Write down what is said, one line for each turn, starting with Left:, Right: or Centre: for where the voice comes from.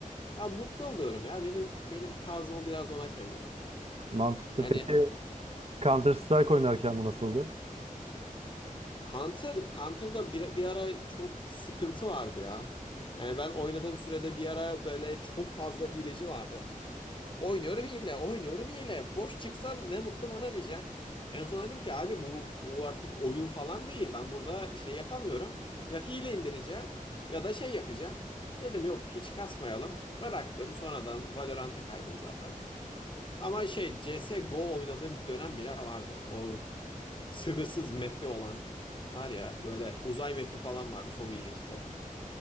Left: Ya mutlu oluyorum ya. Benim benim tarzıma biraz ona kayıyor.
Right: Mantıklı.
Left: Yani
Right: Peki Counter Strike oynarken bu nasıldı?
Left: Counter, Counter'da bir, bir ara çok sıkıntı vardı ya. Yani ben oynadığım sürede bir ara böyle çok fazla hileci vardı. Oynuyorum hile, oynuyorum hile. Boş çıksam ne mutlu bana diyeceğim. En son dedim ki abi bu bu artık oyun falan değil. Ben burada şey yapamıyorum. Ya hile indireceğim ya da şey yapacağım. Dedim yok hiç kasmayalım. Bıraktım sonradan Valorant'a kaydım zaten. Ama şey CS:GO oynadığım bir dönem bile vardı. O Sınırsız map'i olan var ya böyle uzay map'i falan vardı çok ilginçti.